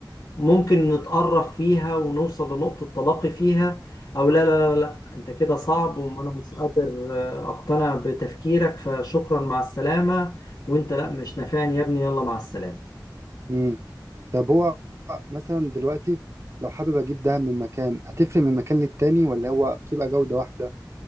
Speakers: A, on the left; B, on the right.
A: ممكن نتقرب فيها ونوصل لنقطة تلاقي فيها أو لا لا لا لا أنت كده صعب وأنا مش قادر آه، أقتنع بتفكيرك فشكرا مع السلامة وأنت لا مش نافعني يا ابني يلا مع السلامة
B: امم طب هو مثلا دلوقتي لو حابب اجيب دهب من مكان هتفرق من مكان للتاني ولا هو بتبقى جودة واحدة